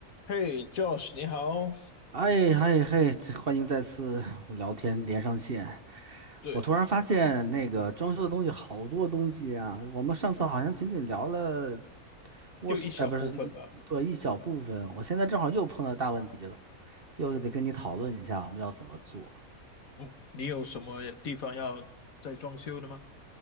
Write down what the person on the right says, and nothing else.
哎嗨嗨，这欢迎再次我聊天连上线。
我突然发现那个装修的东西好多东西啊，我们上次好像仅仅聊了卧室，
呃，不是，对，一小部分。我现在正好又碰到大问题了，又得跟你讨论一下我们要怎么做。